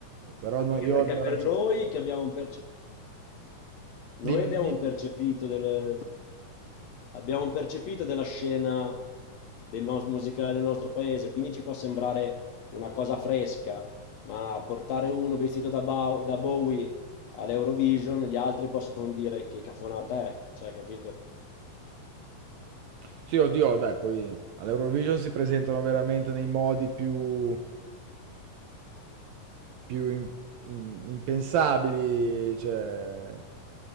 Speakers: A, on the right (about 75°); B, on the left (about 75°).
A: Però no,
B: Anche
A: io
B: perché
A: ho
B: per
A: ragione.
B: noi che abbiamo un perce- noi
A: Dimmi,
B: abbiamo
A: dimmi.
B: un percepito del- abbiamo un percepito della scena del nos- musicale del nostro paese, quindi ci può sembrare una cosa fresca, ma portare uno vestito da, Bow- da Bowie all'Eurovision, gli altri possono dire che cafonata è, cioè, capito?
A: Sì, oddio, dai, poi all'Eurovision si presentano veramente nei modi più, più im- im- impensabili, cioè